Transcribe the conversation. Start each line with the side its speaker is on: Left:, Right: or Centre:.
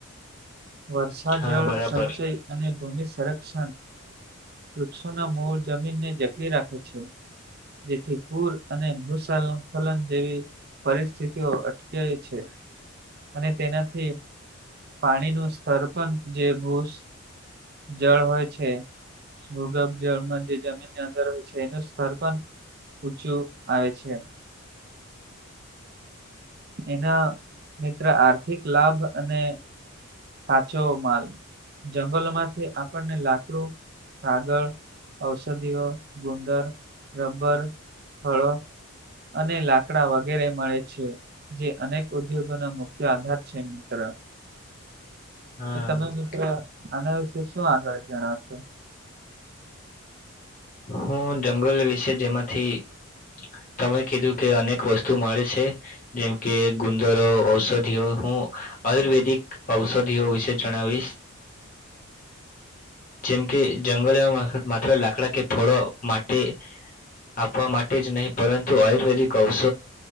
Right: વર્ષા
Left: હા
Right: જળ
Left: બરાબર
Right: સંચય અને ભૂમિ સંરક્ષણ વૃક્ષોના મૂળ જમીનને જકરી રાખે છે. જેથી પૂર અને ભૂસલખલન જેવી પરિસ્થિતિઓ અટકે છે, અને તેનાથી પાણીનું સરપંચ જે ભૂસ જળ હોય છે. ભુગભ જળમાં જે જમીનની અંદર હોય છે એનું સ્તર પણ ઊચું આવે છે. એના મિત્ર આર્થિક લાભ અને કાચો માલ, જંગલમાંથી આપણને લાકડું, કાગળ. ઔષધિઓ, ગુંદર, રબર, ફળો. અને લાકડા વગેરે મળે છે, જે અનેક ઉદ્યોગોના મુ આધાર છે મિત્ર,
Left: હા
Right: એ તમે મિત્ર આના વિશે શું આગળ જણાવતું.
Left: હું જંગલ વિશે જેમાંથી તમે કીધું કે અનેક વસ્તુ મળે છે. જેમ કે ગુંદરો, ઔષધિઓ હું, આયુર્વેદિક ઔષધિઓ વિશે જણાવીશ.
Right: <inaudible>
Left: જેમ કે જંગલમાં માત્ર લાકડા કે થોડો માટી આપવા માટે જ નહીં, પરંતુ આયુર્વેદિક અવસ